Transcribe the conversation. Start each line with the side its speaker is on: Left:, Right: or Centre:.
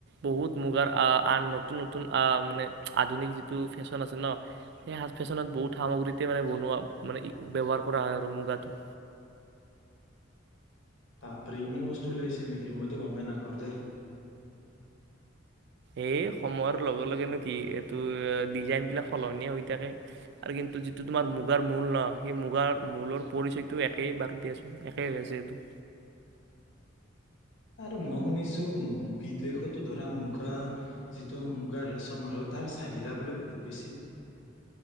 Right: বহুত মুগাৰ আন নতুন নতুন মানে আধুনিক যিটো ফেশ্বন আছে ন, সেই ফেশ্বনত বহুত সামগ্ৰীতে মানে বনোৱা মানে ব্যৱহাৰ কৰা হয় আৰু মুগাটো।
Left: বাপৰে ইমান বস্তু ওলাইছিল নেকি, মইতো গমেই নাপাওঁ দেই।
Right: এয় সময়ৰ লগে লগেনো কি এইটো ডিজাইন বিলাক সলনিয়ে হৈ থাকে আৰু কিন্তু যিটো তোমাৰ মুগাৰ মূল ন সেই মুগাৰ মূলৰ পৰিচয়টো একেই বাৰু দিয়াচোন, একেই হৈ আছে এইটো।
Left: আৰু মই শুনিছো বিদেশতো ধৰা মুগা, যিটো মুগা ৰেচম আৰু তাৰ চাহিদা বোলে বহুত বেছি?